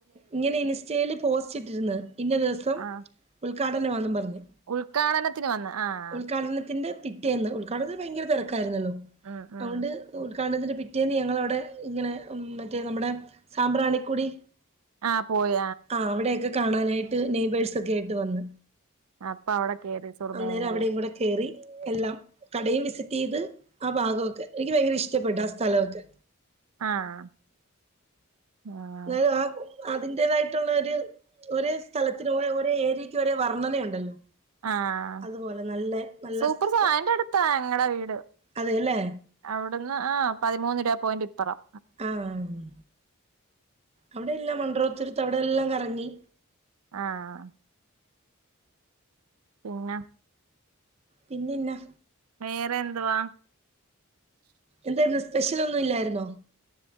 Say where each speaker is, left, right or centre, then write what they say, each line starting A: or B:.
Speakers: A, on the right (about 30°); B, on the right (about 85°).
A: ഇങ്ങനെ ഇൻസ്റ്റയില് പോസ്റ്റ്‌ ഇട്ടിരുന്ന് ഇന്ന ദിവസം
B: ആഹ്
A: ഉദ്ഘാടനാമാന്നും പറഞ്ഞ്
B: ഉദ്ഘാടനത്തിന് വന്ന് ആഹ്
A: ഉദ്ഘാടനത്തിന്റെ പിറ്റേന്ന് ഉദ്ഘാടനത്തിന് ഭയങ്കര തെരക്കായിരുന്നല്ലോ
B: ഉം ഉം
A: അതുകൊണ്ട് ഉദ്ഘാടനത്തിന്റെ പിറ്റേന്ന് ഞങ്ങളവിടെ ഇങ്ങനെ മറ്റേ നമ്മടെ സാമ്പ്രാണിക്കുടി
B: ആഹ് പോയി
A: ആഹ് അവിടെയൊക്കെ കാണാനായിട്ട് നെയ്ബേർസ് ഒക്കെ ആയിട്ട് വന്ന്
B: ആഹ് അപ്പൊ അവിടെ കേറി സുറുമയിലും
A: അന്നേരം അവിടെയും
B: കേറി
A: കൂടെ കേറി എല്ലാം കടയും വിസിറ്റ് ചെയ്ത് ആ ഭാഗമൊക്കെ എനിക്ക് ഭയങ്കര ഇഷ്ടപ്പെട്ടു ആ സ്ഥലമൊക്കെ
B: ആഹ് ആഹ്
A: എന്നാലും ആ അതിന്റെതായിട്ടുള്ള ഒരു ഒരേ സ്ഥലത്തിന് ഒ ഒരേ ഏരിയക്ക് ഒരേ വർണ്ണനയുണ്ടല്ലോ
B: ആഹ
A: അതുപോലെ നല്ല നല്ല
B: സൂപ്പർ
A: സ്ഥലം
B: സഅയ്ന്റെ അടു ത്താ ഞങ്ങടെ വീട്
A: അതെല്ലേ
B: അവിടുന്ന് ആ പതിമൂന്ന് രൂപ പോയിന്റ് ഇപ്പറം
A: ആഹ് അവിടെല്ലാം മണ്ടറോത്തരത്ത് അവിടെല്ലാം കറങ്ങി.
B: ആഹാ പിന്ന
A: പിന്നെ ന്നാ
B: വേറെ എന്തുവാ?
A: എന്തായ്രുന്നു സ്പെഷ്യൽ ഒന്നും ഇല്ലായിരുന്നോ?